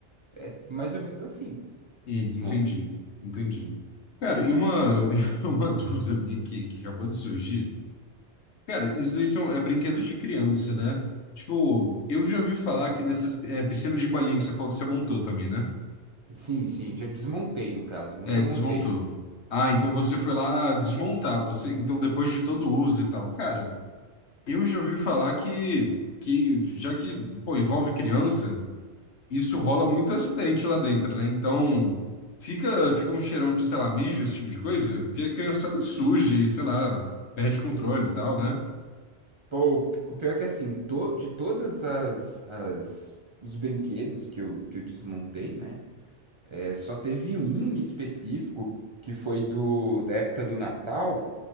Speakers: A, on the right; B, on the left.
A: é mais ou menos assim.
B: Hum,
A: que desmonta.
B: Entendi, entendi. Cara, e uma, <laughs> uma dúvida minha aqui que acabou de surgir. Cara, isso daí são, é brinquedo de criança, né? Tipo, eu já ouvi falar que nessas é, piscinas de bolinha que você falou que você montou também, né?
A: Sim, sim, já desmontei no caso, nunca
B: É,
A: montei
B: desmontou.
A: uma.
B: Ah, então você foi lá desmontar, você, então depois de todo o uso e tal. Cara, eu já ouvi falar que, que já que, pô, envolve criança, isso rola muito acidente lá dentro, né? Então, fica, fica um cheirão de, sei lá, mijo, esse tipo de coisa, porque a criançada suja e, sei lá, perde controle e tal, né?
A: Pô, o o pior é que assim, to- de todas as, as- os brinquedos que eu, que eu desmontei, né? é, só teve um específico que foi do da época do Natal,